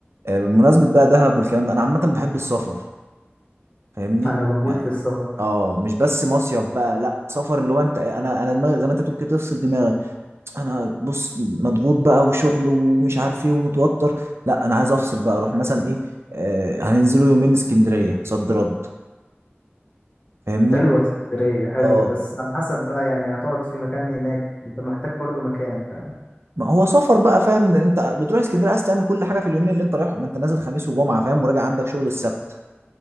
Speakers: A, on the right (about 80°); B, on the left (about 30°).
A: آه، بمناسبة بقى دهب والكلام ده انا عامة بحب السفر فاهمني
B: انا بموت
A: يعني
B: في السفر
A: اه مش بس مصيف بقى لا سفر اللي هو انت انا انا دماغي زي ما انت بتقول كده تفصل دماغك انا بص مضغوط بقى وشغل ومش عارف ايه ومتوتر لا انا عايز افصل بقى اروح مثلا ايه آه هننزلوا يومين اسكندرية صد رد فاهمني
B: حلوة اسكندرية حلوة
A: اه
B: بس على حسب بقى يعني هتقعد في مكان هناك انت محتاج برضو مكان فاهم
A: ما هو سفر بقى فاهم انت بتروح اسكندريه عايز تعمل كل حاجه في اليومين اللي انت رايحهم ما انت نازل خميس وجمعه فاهم وراجع عندك شغل السبت